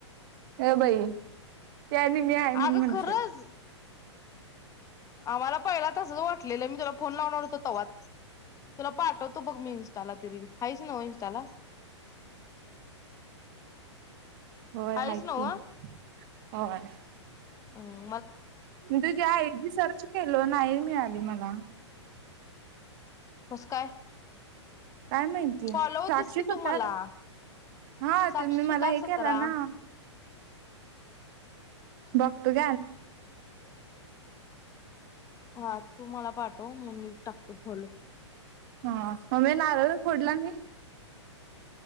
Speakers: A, on the right; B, on the left.
A: हे बाई ते आणि मी आहे म्हणून
B: अगं
A: म्हणशील
B: खरच आम्हाला पहिला तसच वाटलेलं मी तुला फोन लावणार होतो तवा्हाच तुला पाठवतो बघ मी इं्स्टाला तरी हाच न इंस्टाला
A: होय
B: हायच
A: आहेताती
B: नव्ह
A: होय ह
B: अ
A: तुझ्या ए आयडी सर्च केल नाही मिळाली मला
B: कस काय
A: काय माहितीय
B: फॉलो होतीस
A: साक्षी
B: की तू
A: <inaudible>
B: मला
A: हा
B: साक्षी
A: तुम्ही
B: सुतार
A: मला हे
B: सतरा
A: केला ना बघतो <inaudible>
B: हा तू मला पाठव मग मी टाक <inaudible>
A: हा मी नारळ फोडला नाही